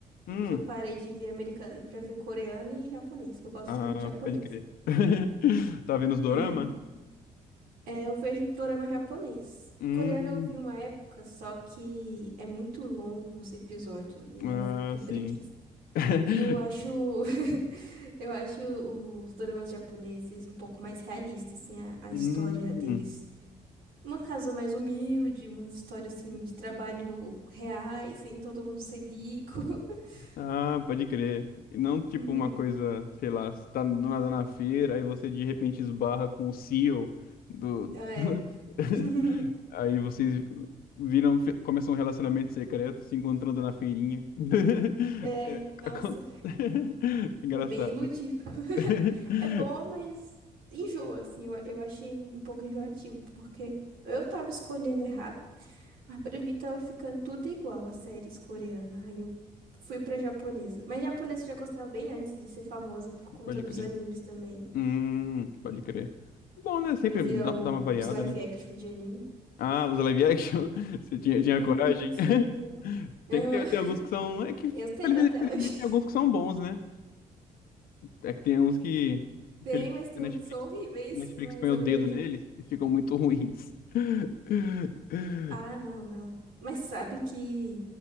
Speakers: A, on the left; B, on the right.
A: Hum,
B: e que eu parei de ver americano pra ver coreano e japonês, que eu gosto
A: ah,
B: muito de japonês.
A: pode crer. <laughs> Tá vendo os dorama?
B: <laughs> É, eu vejo dorama japonês.
A: Hum,
B: Coreano eu vi uma época, só que é muito longo os episódios e
A: ah,
B: eu fico com preguiça.
A: sim. <laughs>
B: E eu acho <laughs> eu acho os doramas japoneses um pouco mais realistas, assim, a, a
A: Hum,
B: história deles. Uma casa mais humilde, umas histórias assim de trabalho reais, sem todo mundo ser rico. <laughs>
A: ah, pode crer. E não tipo
B: Uhum.
A: uma coisa, sei lá, você tá do nada na feira, aí você de repente esbarra com o CEO do.
B: É.
A: <laughs>
B: <laughs>
A: Aí vocês viram, fe- começam um relacionamento secreto, se encontrando na feirinha. <laughs>
B: É,
A: É,
B: nossa.
A: acon- <laughs> Engraçado.
B: É bem iludido. <laughs>
A: <laughs>
B: É bom, mas enjoa, assim. Eu, eu achei um pouco enjoativo, porque eu tava escolhendo errado, mas pra mim tava ficando tudo igual às séries coreanas. Aí eu fui pra japonesa. Mas japonesa eu já gostava bem antes de ser famosa por conta
A: Pode
B: dos
A: crer.
B: animes também.
A: Hum, pode crer. Bom, né? Sempre
B: Eu via
A: dá,
B: o-
A: dá uma variada,
B: os live
A: né?
B: action de anime.
A: Ah, os live action? <laughs> Você tinha, tinha
B: Uhum,
A: coragem?
B: sim, é bem
A: <laughs>
B: legal. Aham.
A: Tem que ter,
B: <laughs>
A: tem alguns que são. É que, infeliz-
B: Eu tenho até
A: infelizmente,
B: hoje.
A: tem alguns que são bons, né? É que tem uns que.
B: <laughs>
A: Infelizmente,
B: Tem, mas tem
A: a Netflix,
B: um- são horríveis,
A: Netflix
B: mas
A: põe
B: eu
A: o dedo
B: vejo.
A: neles e ficam muito ruins. <laughs>
B: Ah, não, não. Mas sabe que